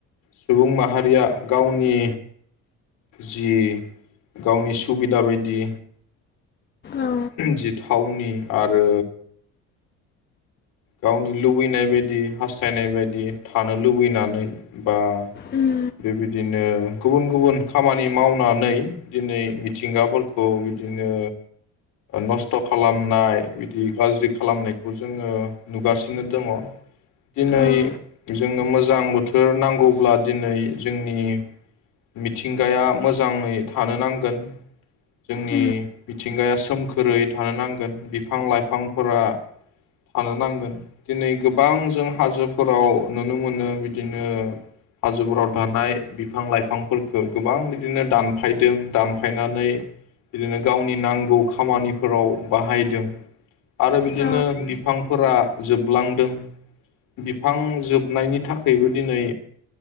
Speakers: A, on the left (about 70°); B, on the left (about 30°).
A: सुबुं माहारिया गावनि जि गावनि सुबिदा बायदि
B: ओ
A: जि थावनि आरो गावनि लुबैनाय बायदि हास्थायनाय बायदि थानो लुबैनानै बा
B: उम
A: बेबायदिनो गुबुन गुबुन खामानि मावनानै दिनै मिथिंगाफोरखौ बिदिनो नस्थ' खालामनाय बिदि गाज्रि खालामनायखौ जोङो नुगासिनो दङ। दिनै
B: ओ
A: जोङो मोज गोजां बोथोर नांगौब्ला दिनै जोंनि मिथिंगाया मोजाङै थानो नांगोन। जोंनि
B: औ
A: मिथिंगायास सोमखोरै थानो नांगोन बिफां लाइफांफोरा थानो नां गोन दिनै गोबां जों हाजोफोराव नुनो मोनो बिदिनो हाजोफोराव थानाय बिफां लाइफांफोरखौ गोबां बिदिनो दानफायदों दानफायनानै बिदिनो गावनि नांगौ खामानिफोराव बाहायदों। आरो बिदिनो
B: औ
A: बिफांफोरा जोबलांदों बिफां जोबनायनि थाखायबो दिनै